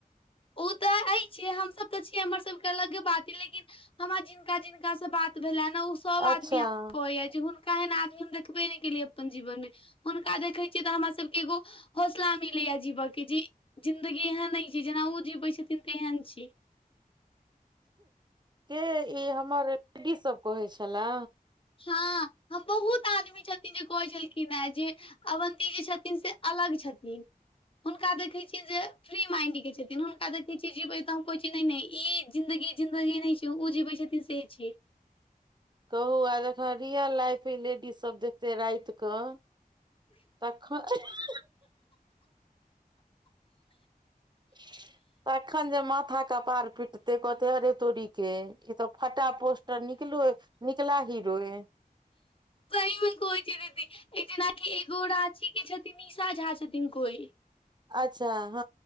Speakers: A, on the left; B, on the right.
A: ओतऽ एइछे हमसब तऽ छियै हमर सब अलगे बात अइ लेकिन हमरा जिनका-जिनका से बात भेल नऽ ओ सोब
B: अच्छा
A: आदमी आहाँके कहैया जे हुनका एहन आदमी हम देखबे नै केलियै अपन जीवन मे हुनका देखै छीे तऽ हमरा सब के एगो हौसला मिलै या जीबके जे इ जिंन्दगी एहन नय कि जेना ओ जीबै छथिन तेहन छी।
B: के इ हमर लेडिजसब कहै छैला
A: ह हम बहुत आदमी छथिन जे कहै छलखिन ए जे अवन्ती जी छथिन से अलग छथिन हुनका देखे छियै जे फ्री माइंड के छथिन हुनका देखे छियै जीबै तऽ हम कहै छियै नै नै इ जिन्दगी जिंन्दगी नै छै ओ जीबे छथिन से छै
B: कहू आब एखन रियल लाइफ इ लेडिज सब देखते राइत कऽ तँखन <unintelligible> तखन जे माँथा कपार पिटते कहते अरे तोरी के इ तऽ फटा पोस्टर निकलो निकला हीरोईन
A: ये हम कहै छियै दीदी इ जेनाकि एगो राँची के छथिन निशा झा छथिन कोइ
B: अच्छा ह